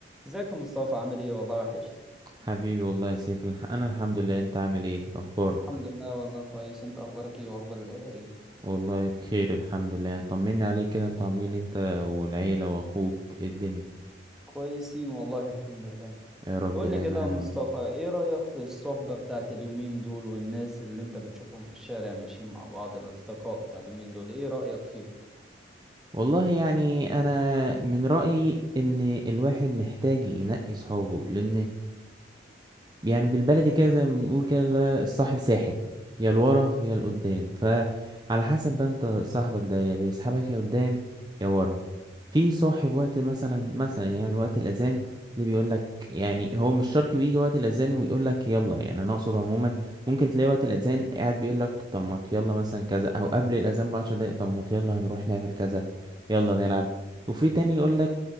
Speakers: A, in the centre; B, on the right.
A: ازيك يا مصطفى عامل ايه والله وحشني
B: حبيبي والله يا سيف الح- انا الحمد لله انت عامل ايه اخبارك
A: الحمد لله والله كويس انت اخبارك ايه واخبار العيله ايه
B: والله بخير الحمد لله طمني عليك كده انتوا عاملين إيه انت والعيلة واخوك إيه الدنيا
A: كويسين والله الحمد لله
B: يا رب
A: قول
B: دايما
A: لي كده
B: انا
A: يا مصطفى
B: وانت
A: ايه رأيك في الصحبة بتاعت اليومين دول والناس اللي انت بتشوفهم في الشارع ماشيين مع بعض الاصدقاء بتاع اليومين دول ايه رأيك فيهم
B: والله يعني انا من رأيي ان الواحد محتاج ينقي صحابه لان يعني بالبلدي كده زي ما بنقول كده اللي هو الصاحب ساحب يا لورا يا لقدام فعلى حسب بقى انت صاحبك ده يا بيسحبك يا قدام يا ورا في صاحب وقت مثلا مثلا يعني وقت الاذان تلاقيه بيقول لك يعني هو مش شرط بيجي وقت الاذان ويقول لك يلا يعني انا اقصد عموما ممكن تلاقي وقت الاذان قاعد بيقول لك طب ما يلا مثلا كذا او قبل الاذان بعشر دقايق طب ما يلا هنروح نعمل كذا يلا نلعب وفي تاني يقول لك